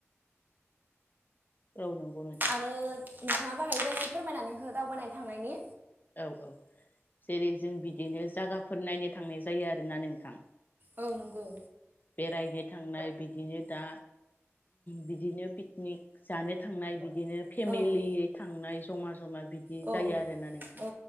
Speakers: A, on the left; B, on the right.
A: औ नंगौ नोंथां
B: आरो नोंथाङाबो हायोबा एसे फोरमायनानै हो दावबायनो थांनायनि
A: औ औ जेरै जों बिदिनो जायगाफोर नायनो थांनाय जायो आरोना नोंथां
B: औ नंगौ
A: बेरायनो थांनाय बिदिनो दा बिदिनो पिकनिक जानो थांनाय बिदिनो फेमिलियै
B: औ
A: थांनाय जमा जमा बिदि
B: औ
A: जायो आरोना नोंथां
B: औ